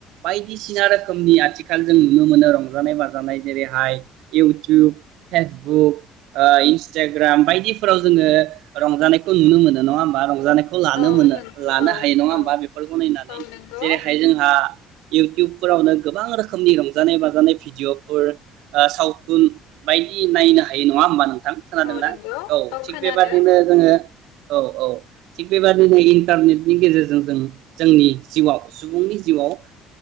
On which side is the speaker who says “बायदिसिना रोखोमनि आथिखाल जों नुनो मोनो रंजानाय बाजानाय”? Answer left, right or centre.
Right